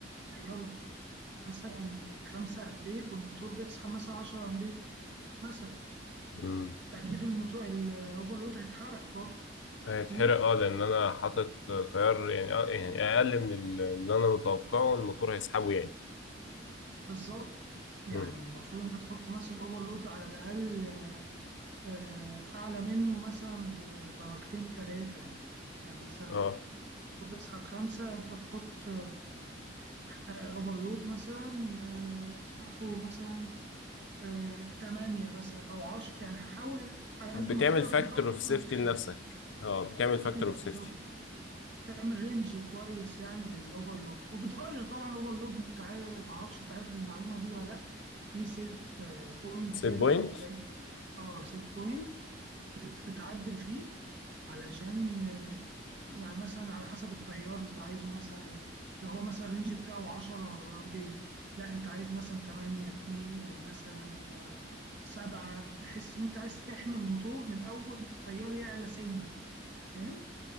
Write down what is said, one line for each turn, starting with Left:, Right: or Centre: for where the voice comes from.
Right: تيار مثلا 5 امبير والموتور بيسحب مثلا 10 امبير مثلا
Left: امم
Right: تاكيد الموتور الاوفرلود هيتحرق برضه
Left: هيتحرق
Right: فاهم
Left: اه لان انا حاطط تيار يعني آه يعني اقل من ال- اللي انا متوقعه الموتور هيسحبه يعني
Right: بالظبط يعني
Left: امم
Right: المفروض انت تحط مثلا اوفرلود على الاقل آه، آه، اعلى منه مثلا بدرجتين ثلاثه يعني يعني مثلا
Left: اه
Right: بسحب خمسة أنت تحط أوفرلود مثلا آه، آخره مثلا آه، تمانية مثلا أو عشرة يعني حاول على قد
Left: بتعمل
Right: ما تقدر
Left: فاكتور
Right: تكبر
Left: اوف سيفتي
Right: هتحمي
Left: لنفسك اه بتعمل فاكتور
Right: أيوه
Left: اوف
Right: بالظبط
Left: سيفتي
Right: تعمل رينج كويس يعني للأوفرلود وبتغير طبعا أوفرلود أنت عارف معرفش أنت عارف المعلومة دي ولا لأ في سيت بوينت
Left: سيت
Right: كده
Left: بوينت
Right: أو زي أه سيت بوينت بتعدل فيه علشان آه، يعني مثلا على حسب التيار انت عايزه مثلا لو هو مثلا الرينج بتاعه 10 امبير لا انت عايز مثلا 8 2 مثلا 7 بحيث ان انت عايز تحمي الموتور من اول ما التيار يعلى سنه فاهم